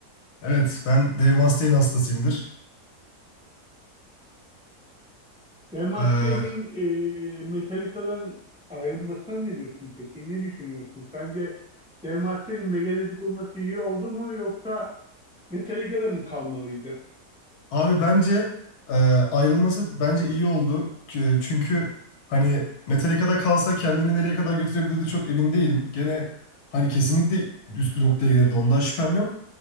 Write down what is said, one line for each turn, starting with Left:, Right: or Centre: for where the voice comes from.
Left: Evet, ben Dave Mustaine hastasıyımdır.
Centre: Demacia'nın
Left: Ee,
Centre: e, Metallica'dan ayrılmasına ne diyorsun peki? Ne düşünüyorsun? Sence Demacia'nın Megadeth'i kurması iyi oldu mu yoksa Metallica'da mı kalmalıydı?
Left: abi bence e, ayrılması bence iyi oldu. Ç- Çünkü hani Metallica'da kalsa kendini nereye kadar götürebilirdi çok emin değilim. Gene hani kesinlikle üst bir noktaya gelirdi ondan şüphem yok.